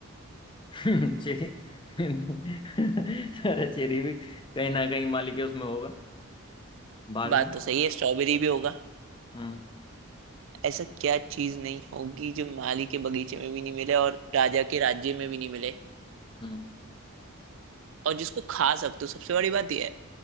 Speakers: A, on the left; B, on the right.
A: <laughs> चेरी <laughs> अरे चेरी भी कहीं ना कहीं माली के उसमें होगा भाग
B: बात
A: में
B: तो सही है स्ट्रॉबेरी भी होगा
A: हम्म
B: ऐसा क्या चीज नहीं होगी जो माली के बगीचे में भी नहीं मिले और राजा के राज्य में भी नहीं मिले
A: हम्म
B: और जिसको खा सकते हो सबसे बड़ी बात यह है